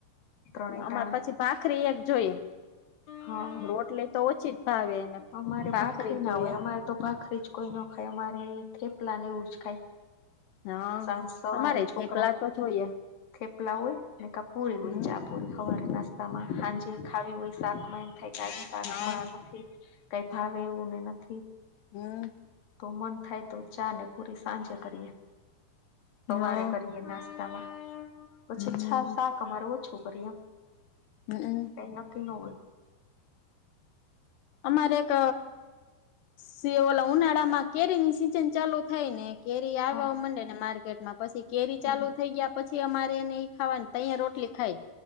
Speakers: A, on the left (about 60°); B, on the left (about 80°).
A: ત્રણેય
B: અમારે
A: ટાણા
B: પછી ભાખરી એક જોઈએ.
A: હા
B: રોટલી તો ઓછી જ ભાવે એને
A: અમારે
B: ભાખરી
A: ના
B: જોઈએ.
A: હોય અમારે તો ભાખરી જ કોઈ નો ખાય અમારે થેપલા ને એવું જ ખાય.
B: હા
A: સાંજ સવારે
B: અમારે
A: છોકરા
B: થેપલા તો જોઈએ
A: થેપલા હોય ને કાપૂરી હોય
B: હમ
A: ચા પોડી હવારે નાસ્તામાં સાંજે ખાવી હોય શાકમાં એમ થાય કે શાકમાં
B: હા
A: નથી કઈ ફાવે એવું ને નથી
B: હમ.
A: તો મન થાય તો ચા ને પૂરી સાંજે કરીએ સવારે
B: હા
A: કરીએ નાસ્તામાં પછી
B: હમ
A: છા શાક અમારે ઓછું કરીએ એમ
B: હમમ.
A: કય નકકી ન હોય
B: અમારે એક સીઓલા ઉનાળા માં કેરી ની સિઝન ચાલુ થાય ને કેરી આવ્યા
A: હા
B: મંડે ને માર્કેટમાં પછી કેરી
A: હમ
B: ચાલુ થઈ ગયા પછી અમારે નય ખાવા તોય રોટલી ખાય